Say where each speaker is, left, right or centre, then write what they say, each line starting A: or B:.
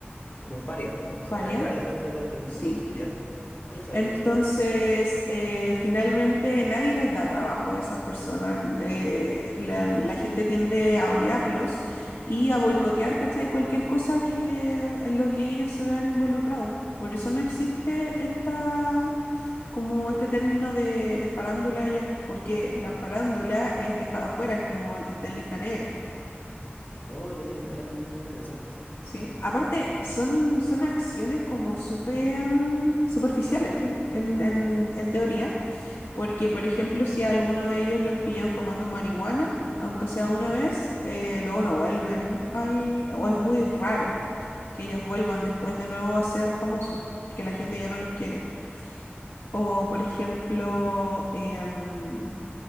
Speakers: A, on the left; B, on the left.
A: Como un paria. Se
B: Paria,
A: vuelven parias dentro del del-
B: sí.
A: del mundo ya. Ah, no sabía
B: Entonces,
A: eso, mira tú.
B: eh, finalmente nadie les da trabajo a esas personas. eh, la, la gente tiende a odiarlos y a boicotear, ¿cachai? Cualquier cosa que, en lo que ellos se vean involucrados. Por eso no existe esta, como este término de, de farándula ya, porque la farándula es dejada afuera, es como que está en lista negra,
A: Oh, no tenía ni idea, mira tú, qué interesante.
B: ¿sí? Aparte, son, son acciones como súper superficiales en, en en teoría Porque, por ejemplo, si a alguno de ellos los pillan fumando marihuana, aunque sea una vez, eh, luego no vuelven al... o es muy raro que ellos vuelvan después de nuevo a ser famosos, porque la gente ya no los quiere. O, por ejemplo, em,